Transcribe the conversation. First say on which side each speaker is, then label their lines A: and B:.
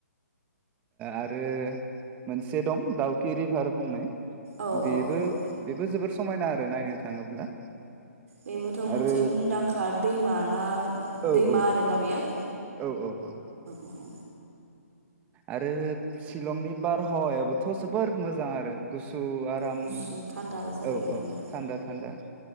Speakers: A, on the right (about 15°); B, on the right (about 60°).
A: आरो मोनसे दं दाउकि रिभार बुंनाय
B: औ
A: बेबो
B: औ औ औ
A: बेबो जोबोर समायना आरो नायनो थाङोब्ला
B: बेबोथ
A: आरो
B: मोनसे मुंदांखा दैमा ना
A: औ
B: दैमा
A: औ
B: आरोना बेयो
A: औ औ औ
B: औ औ
A: आरो शिलंनि बारहावायाबोथ जोबोर मोजां आरो गुसु आराम
B: गुसु थान्दा जायो
A: औ
B: आरोना
A: औ थान्दा थान्दा